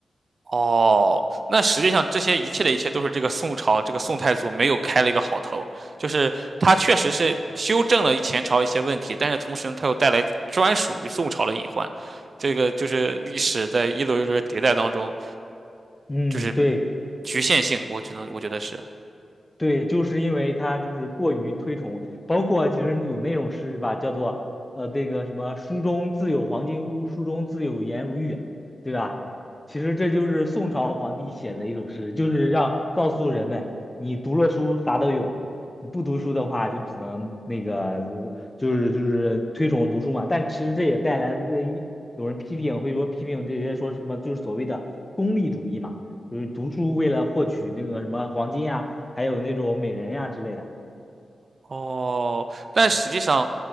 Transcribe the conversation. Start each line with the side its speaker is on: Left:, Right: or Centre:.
Right: 哦，那实际上这些一切的一切都是这个宋朝这个宋太祖没有开了一个好头，就是他确实是修正了前朝一些问题，但是同时呢他又带来专属于宋朝的隐患，这个就是历史在一轮一轮迭代当中，
Left: 嗯，
Right: 就是
Left: 对，
Right: 局限性，我觉得我觉得是。
Left: 对，就是因为他就是过于推崇，包括其实有那种诗是吧，叫做呃这个什么“书中自有黄金屋，书中自有颜如玉”，对吧？其实这就是宋朝皇帝写的一首诗，就是让告诉人们，你读了书啥都有，你不读书的话就只能那个就就是就是推崇读书嘛。但其实这也带来这一有人批评，会说批评这些说什么就是所谓的功利主义嘛，就是读书为了获取那个什么黄金啊。还有那种美人呀之类的。
Right: 哦，但实际上